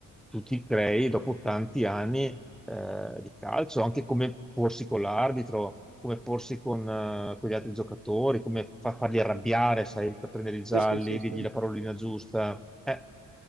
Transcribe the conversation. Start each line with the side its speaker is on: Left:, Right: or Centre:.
Centre: tu ti crei dopo tanti anni eh, di calcio, anche come porsi con l'arbitro, come porsi con, eh, con gli altri giocatori, come fa- farli arrabbiare, sai, per prendere i gialli,
Right: sì, sì, sì. sì.
Centre: dirgli la parolina giusta. Eh,